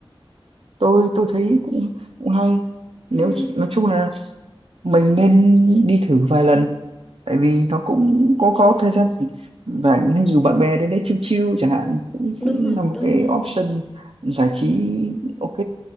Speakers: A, on the right (about 75°); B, in the centre.
A: tôi tôi thấy cũng cũng hay nếu
B: Ừ.
A: nói chung là mình nên đi thử vài lần tại vì nó cũng có có thời gian rảnh hay dù bạn bè đến đấy chill chill chẳng hạn cũng
B: đúng
A: cũng
B: rồi
A: là một
B: đúng
A: cái
B: rồi
A: option giải trí ok